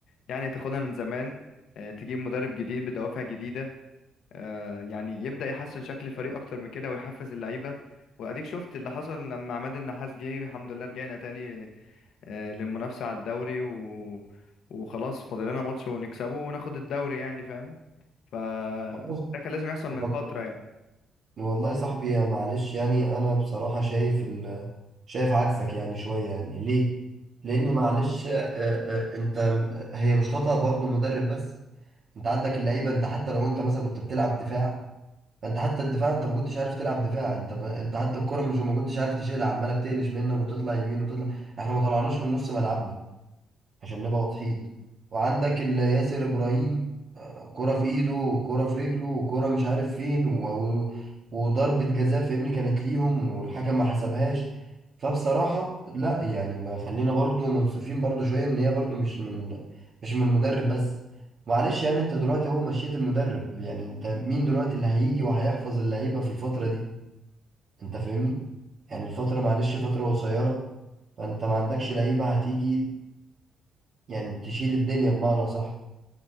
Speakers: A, on the left (about 75°); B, on the right (about 55°).
A: يعني تاخدها من زمان آه، تجيب مدرب جديد بدوافع جديده آه، يعني يبدا يحسن شكل الفريق اكتر من كده ويحفز اللعيبه واديك شفت اللي حصل لما عماد النحاس جه الحمد لله رجعنا تاني آه، للمنافسه على الدوري و... وخلاص فاضل لنا ماتش ونكسبه وناخد الدوري يعني فاهم فده
B: لا
A: كان لازم يحصل
B: وال-
A: من فتره يعني
B: والله يا صاحبي يا معلش يعني انا بصراحة شايف ال... شايف عكسك يعني شوية يعني ليه؟ لاني معلش آه، آه، آه، انت م- هي مش خطأ برضو مدرب بس انت عندك اللعيبة انت حتى لو انت مثلا كنت بتلعب دفاع فانت حتى الدفاع انت ما كنتش عارف تلعب دفاع انت ب... انت حتى الكرة مش ما كنتش عارف تشيلها عمالة بتقلش منك وتطلع يمين وتطلع احنا ما طلعناش من نص ملعبنا عشان نبقى واضحين وعندك ال- ياسر ابراهيم آه، كرة في ايده وكرة في رجله وكرة مش عارف فين و... و... وضربة جزاء فاهمني كانت ليهم والحكم ما حسبهاش فبصراحة لا يعني بقى خلينا برضو منصفين برضو شوية ان هي برضو مش من مش من المدرب بس معلش يعني انت دلوقتي اهو مشيت المدرب يعني انت مين دلوقتي اللي هيجي وهيحفظ اللعيبة في الفترة دي انت فاهمني يعني الفترة معلش فترة قصيرة فانت ما عندكش لعيبة هتيجي يعني تشيل الدنيا بمعنى صح